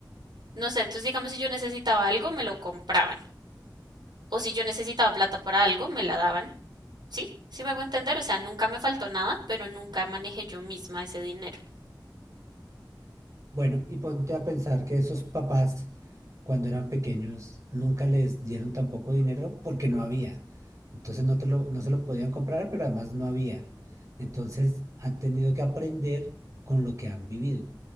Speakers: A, on the right (about 65°); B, on the right (about 45°).
A: No sé, entonces digamos si yo necesitaba algo, me lo compraban. O si yo necesitaba plata para algo, me la daban. Sí, sí me hago entender, o sea, nunca me faltó nada, pero nunca manejé yo misma ese dinero.
B: Bueno, y ponte a pensar que esos papás, cuando eran pequeños, nunca les dieron tampoco dinero porque no había. Entonces no te lo, no se lo podían comprar, pero además no había. Entonces han tenido que aprender con lo que han vivido.